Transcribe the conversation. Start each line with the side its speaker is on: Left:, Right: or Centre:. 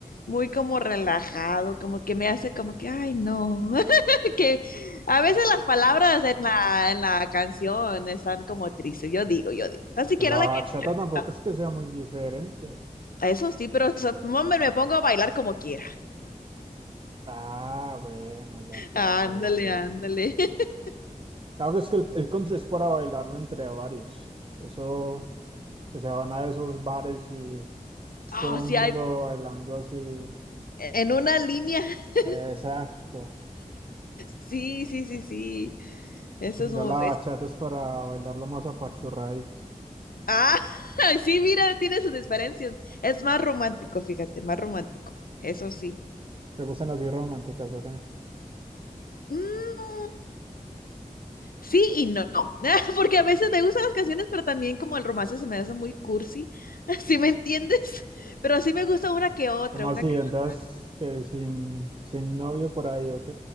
Left: muy como relajado, como que me hace como que, ay, no. <laughs> Que a veces las palabras en la, en la canción están como tristes. Yo digo, yo digo. Ni siquiera
Right: La
Left: la
Right: bachata
Left: que <laughs>
Right: tampoco es que sea muy diferente.
Left: Eso sí, pero so- hombre, me pongo a bailar como quiera.
Right: Ah, bueno, ya por
Left: Ándale,
Right: ahí.
Left: ándale. <laughs>
Right: Claro que es que el, el country es para bailarlo entre varios. Eso, que se van a esos bares y es
Left: Oh,
Right: todo el
Left: sí
Right: mundo
Left: hay
Right: bailando así.
Left: en una línea. <laughs>
Right: Exacto.
Left: Sí, sí, sí, sí. Eso es muy,
Right: Ya la bachata es para bailarlo más apachurradito.
Left: Ah, <laughs> sí, mira, tiene sus diferencias. Es más romántico, fíjate, más romántico. Eso sí.
Right: ¿Te gustan así románticas o qué?
Left: Mm, sí y no. <laughs> Porque a veces me gustan las canciones, pero también como el romance se me hace muy cursi. <laughs> ¿Sí me entiendes? Pero sí me gusta una que otra,
Right: ¿Cómo
Left: una
Right: así?
Left: que
Right: Entonces,
Left: otra.
Right: que sin, sin novio por ahí, ¿ok?